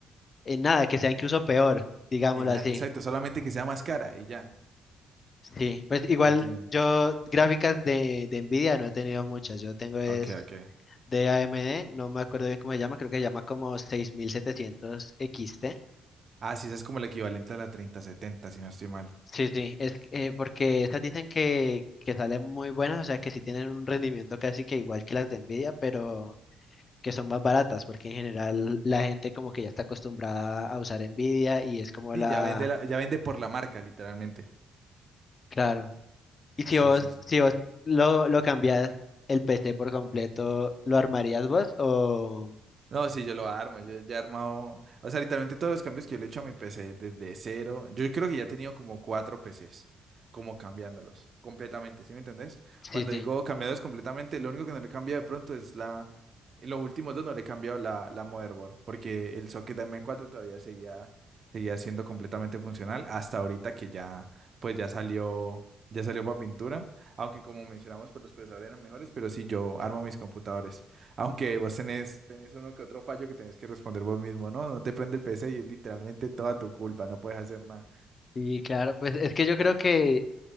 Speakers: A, on the left (about 40°); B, on the right (about 45°).
A: en nada, que sea incluso peor, digámoslo
B: Es la-
A: así.
B: exacto, solamente que sea más cara y ya.
A: Sí, pues igual
B: No tiene.
A: yo gráficas de, de Nvidia no he tenido muchas, yo tengo es
B: Ok, ok.
A: de AMD, no me acuerdo bien cómo se llama, creo que se llama como 6700 XT
B: Ah, sí, esa es como el equivalente a la treinta setenta si no estoy mal.
A: Sí, sí, es que, eh, porque estas dicen que, que salen muy buenas, o sea que sí tienen un rendimiento casi que igual que las de Nvidia, pero que son más baratas, porque en general la gente como que ya está acostumbrada a usar Nvidia y es como
B: Sí,
A: la,
B: ya vende, la- ya vende por la marca, literalmente.
A: claro. Y si
B: Sí,
A: vos,
B: sí, sí.
A: si vos lo, lo cambias el PC por completo, ¿lo armarías vos? O
B: No, sí, yo lo armo, yo ya he armado, o sea, literalmente todos los cambios que yo le he hecho a mi PC desde cero, yo creo que ya he tenido como cuatro PCs, como cambiándolos completamente, ¿sí me entendés?
A: sí,
B: Cuando
A: sí.
B: digo cambiándolos completamente, lo único que no le cambia de pronto es la, en los últimos dos no le he cambiado la, la motherboard, porque el socket de m cuatro todavía seguía, seguía siendo completamente funcional hasta ahorita que ya, pues ya salió, ya salió para pintura, aunque como mencionamos, pues los procesadores eran mejores, pero sí, yo armo mis computadores. Aunque vos tenés, tenés uno que otro fallo que tenés que responder vos mismo, ¿no? No te prende el PC y es literalmente toda tu culpa, no puedes hacer nada.
A: Y claro, pues es que yo creo que